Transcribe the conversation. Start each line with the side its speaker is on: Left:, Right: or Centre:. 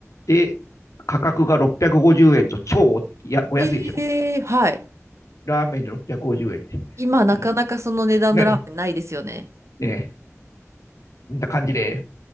Left: で、価格が650円と超お、や、お安いでしょ。
Right: ええ、はい。
Left: ラーメンで650円で。
Right: 今なかなかその値段のラーメンないですよね。
Left: うね、ね、こんな感じで、